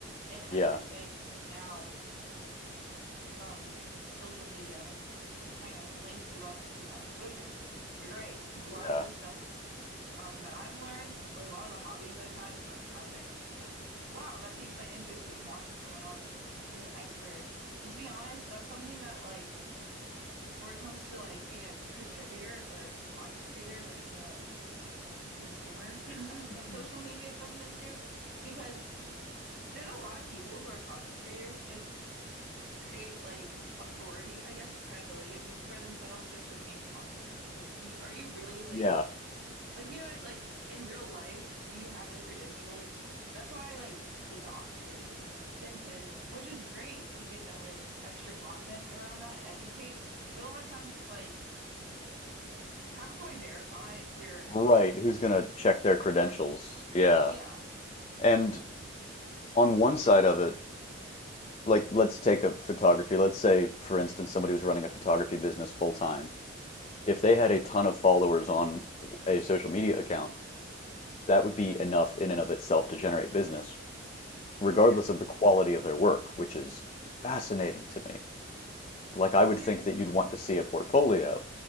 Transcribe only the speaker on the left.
yeah,
yeah,
hmm
yeah,
right. Who's gonna check their
credentials? Yeah,
and on one side of it, like let's take a photography. Let's say, for instance, somebody was running a photography business full time. If they had a ton of followers on a social media account, that would be enough in and of itself to generate business, regardless
of the quality of their work, which is fascinating to me. Like, I would
think that you'd want to see a portfolio